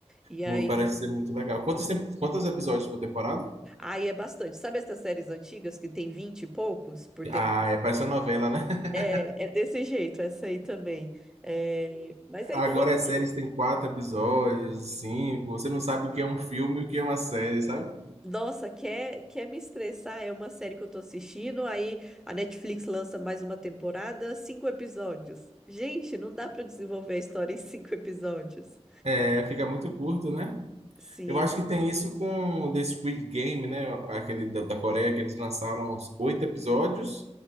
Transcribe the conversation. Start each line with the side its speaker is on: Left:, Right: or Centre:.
Centre: E aí.
Right: Hum, Parece ser muito legal. Quantos, tem- quantos episódios por temporada?
Centre: Aí é bastante. Sabe essas séries antigas que tem 20 e poucos por tempo?
Right: Ah, é, parece uma novela, né? <laughs>
Centre: É, é desse jeito, essa aí também. É, mas é
Right: Agora
Centre: interessante.
Right: as séries têm quatro episódios, cinco. Você não sabe o que é um filme e o que é uma série, sabe?
Centre: Nossa, quer, quer me estressar? É uma série que eu tô assistindo, aí a Netflix lança mais uma temporada, cinco episódios. Gente, não dá pra desenvolver a história em cinco episódios.
Right: É, fica muito curto, né?
Centre: Sim.
Right: Eu acho que tem isso com o The Squid Game, né? Aquele da, da Coreia que eles lançaram uns oito episódios